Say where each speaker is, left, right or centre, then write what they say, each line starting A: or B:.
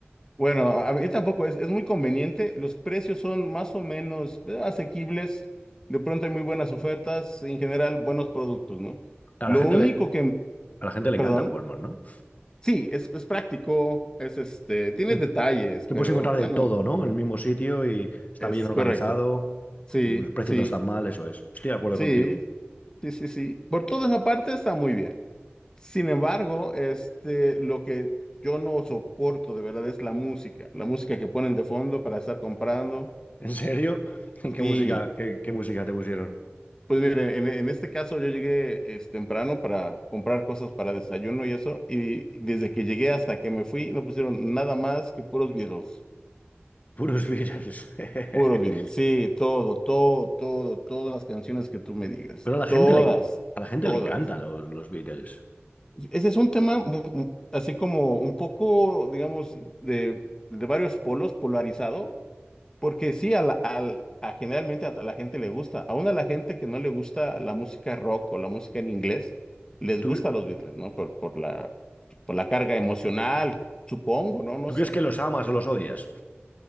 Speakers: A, on the left; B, on the left.
A: bueno, a mí tampoco es, es muy conveniente, los precios son más o menos eh, asequibles, de pronto hay muy buenas ofertas, en general buenos productos, ¿no?
B: A
A: Lo
B: la gente
A: único
B: le,
A: que,
B: a la gente le
A: perdón,
B: encanta Walmart, ¿no?
A: sí, es, es práctico, es este, tiene
B: Que,
A: detalles,
B: que
A: pero
B: puedes encontrar
A: bueno,
B: de todo, ¿no? En el mismo sitio y está
A: es
B: bien organizado.
A: correcto. Sí,
B: Los precios
A: sí.
B: no están mal, eso es. Estoy de acuerdo
A: Sí,
B: contigo.
A: sí, sí, sí. Por toda esa parte está muy bien. Sin embargo, este, lo que yo no soporto de verdad es la música, la música que ponen de fondo para estar comprando.
B: ¿En serio? <laughs> ¿Qué
A: Sí,
B: música, qué qué música te pusieron?
A: pues mire, en, en este caso yo llegué es, temprano para comprar cosas para desayuno y eso, y desde que llegué hasta que me fui no pusieron nada más que puros Beatles,
B: Puros Beatles. <laughs>
A: puros Beatles. Sí, todo, todo, todo, todas las canciones que tú me digas,
B: Pero a la gente
A: todas,
B: le, en- a la gente
A: todas.
B: le encanta los, los Beatles.
A: Ese es un tema mu- mu- así como un poco, digamos, de, de varios polos polarizado, porque sí, a la, al- a generalmente a la gente le gusta, aún a la gente que no le gusta la música rock o la música en inglés, les
B: ¿Tú,
A: gusta
B: cre-
A: los Beatles, ¿no? Por, por la, por la carga emocional, supongo, ¿no? No
B: tú
A: sé.
B: crees que los amas
A: <laughs>
B: o los odias?